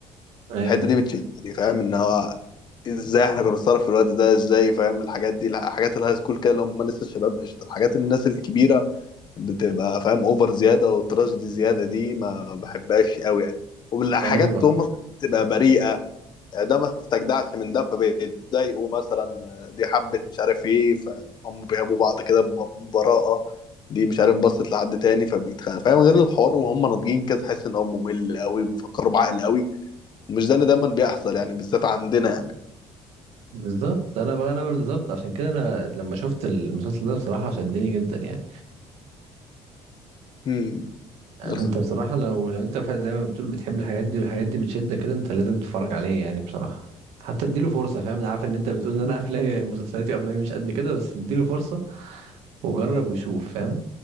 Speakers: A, on the right; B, on the left.
A: ايوه
B: الحته دي بتشدني فاهم ان هو ازاي احنا كنا بنتصرف في الوقت ده ازاي فاهم الحاجات دي لا، حاجات الهاي سكول كده اللي هم لسه الشباب قشطه الحاجات الناس الكبيره بتبقى فاهم اوفر زياده والتراش دي زياده دي ما بحبهاش قوي يعني والحاجات
A: ايوه
B: هم بتبقى بريئه ده ما استجدعش من ده فبيتضايقوا مثلا دي حبت مش عارف ايه فهم بيحبوا بعض كده ب- ببراءة دي مش عارف بصت لحد تاني فبيتخانق فاهم غير الحوار وهم ناضجين كده تحس ان هو ممل قوي بيفكروا بعقل قوي ومش ده اللي دايما بيحصل يعني بالذات عندنا يعني
A: بالظبط انا بقى انا برضه بالظبط عشان كده انا لما شفت المسلسل ده بصراحة شدني جدا يعني
B: امم بس.
A: انت بصراحة لو لو انت فعلا زي ما بتقول بتحب الحاجات دي والحاجات دي بتشدك كده انت لازم تتفرج عليه يعني بصراحة حتى اديله فرصة فاهم انا عارف ان انت بتقول ان انا <laughs> افلامي مسلسلاتي وافلامي مش قد كده بس اديله فرصة وجرب وشوف فاهم